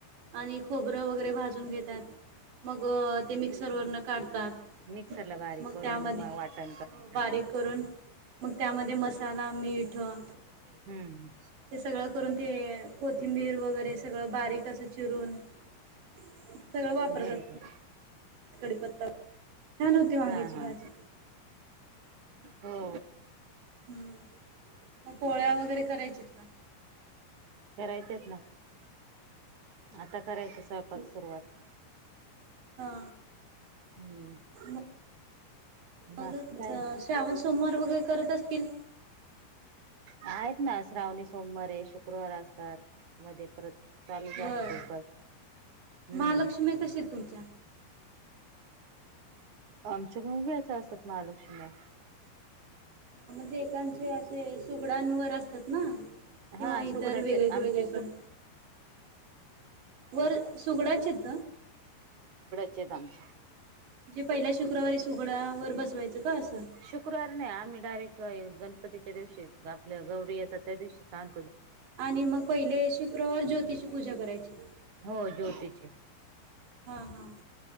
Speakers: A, on the right; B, on the right.
A: आणि खोबरं वगैरे भाजून घेतात, मग ते मिक्सर वरनं काढतात.
B: मिक्सर ला बारीक
A: मग
B: करून
A: त्यामध्ये
B: मग वाटण करून
A: अ बारीक
B: करायचं.
A: करून मग त्यामध्ये मसाला, मीठं
B: हम्म हम्म.
A: ते सगळं करून ते कोथिंबीर वगैरे सगळं बारीक तसं चिरून सगळं वापरतात.
B: बरोबर
A: कडीपत्ता छान होती वांग्याची
B: हा
A: भाजी.
B: हा हो.
A: हम्म. म पोळ्या वगैरे करायचेत का?
B: करायचेत ना. आता करायच स्वयपाक सुरुवात.
A: हा.
B: हम्म
A: म
B: बाकी
A: मग
B: काय
A: श्रावण सोमवार वगैरे करत असतील?
B: आहेत ना श्रावणी सोमवार हे शुक्रवार असतात मध्ये परत चालू
A: बर
B: असतो उपास. हम्म.
A: महालक्ष्मी कशी आहेत तुमच्या?
B: आमच्याक उभ्याच असतात महालक्षीम्या.
A: म्हणजे एकांचे असे सुगडांवर असतात ना
B: हा
A: किंवा
B: सुगडाचे
A: इतर वेगळीकड
B: आमचे
A: वेगळीकडं
B: सु
A: वर सुगडाचेेत
B: चेेत आमचे.
A: पहिल्या शुक्रवारी सुगडावर बसवायचं. का असं?
B: शुक्रवार नाही. आम्ही डायरेक गणपतीच्या दिवशीच आपलं गौरी येतात त्या दिवशी आण
A: आणि मग पहिले शुक्रवार ज्योतीची पूजा करायची.
B: हो ज्योतीचे
A: हा हा.